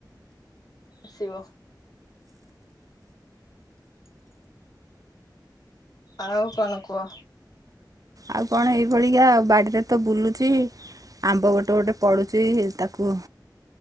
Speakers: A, on the left; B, on the right.
A: ଆସିବ ଆଉ କଣ କୁହ
B: ଆଉ କଣ ଏଇ ଭଳିିକା ବାଡିରେ ତ ବୁଲୁଛି ଆମ୍ବ ଗୋଟେ ଗୋଟେ ପଡୁଛି ତାକୁ